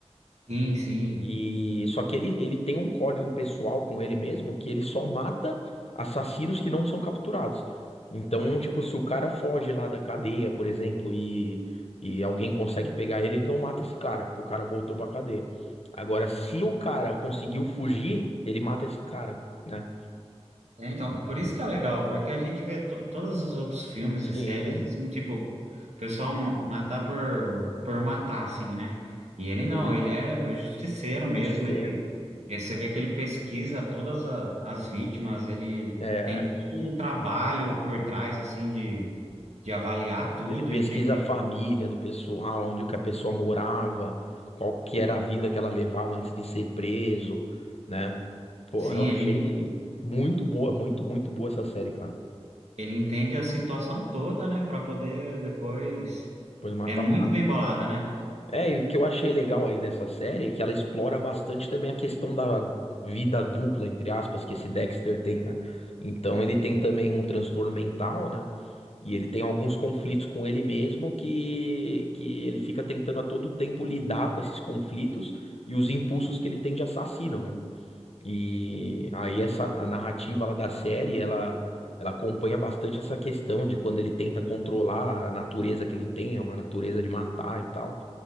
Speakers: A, on the right; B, on the left.
A: Sim, sim.
B: E só que ele, ele tem um código pessoal com ele mesmo que ele só mata assassinos que não são capturados. Então, tipo, se o cara foge lá da cadeia, por exemplo, e, e alguém consegue pegar ele, ele não mata esse cara, porque o cara voltou pra cadeia. Agora, se o cara conseguiu fugir, ele mata esse cara, né?
A: É, então, por isso que é legal, porque a gente vê to- todos os outros filmes e
B: Sim,
A: séries, assim, tipo, o pessoal ma- matar por, por matar, assim, né? E ele
B: sim,
A: não, ele é justiceiro mesmo,
B: justiceiro.
A: ele, ele- você vê que ele pesquisa todas a- as vítimas, ele
B: É,
A: tem todo um trabalho por trás, assim, de, de avaliar tudo,
B: ele pesquisa
A: entender.
B: a família do pessoal, onde que a pessoa morava, qual que era a vida que ela levava antes de ser preso, né? Pô,
A: Sim,
B: eu achei
A: ele,
B: muito boa, muito, muito boa essa série, cara.
A: Ele entende a situação toda, né, para poder depois.
B: Depois de matar
A: É muito
B: o cara.
A: bem bolada, né?
B: É, e o que eu achei legal aí dessa série é que ela explora bastante também a questão da vida dupla, entre aspas, que esse Dexter tem, né? Então ele tem também um transtorno mental, né? E ele tem alguns conflitos com ele mesmo que, que ele fica tentando a todo tempo lidar com esses conflitos e os impulsos que ele tem de assassino, né? E aí essa a narrativa lá da série, ela ela acompanha bastante essa questão de quando ele tenta controlar a natureza que ele tem, é uma natureza de matar e tal.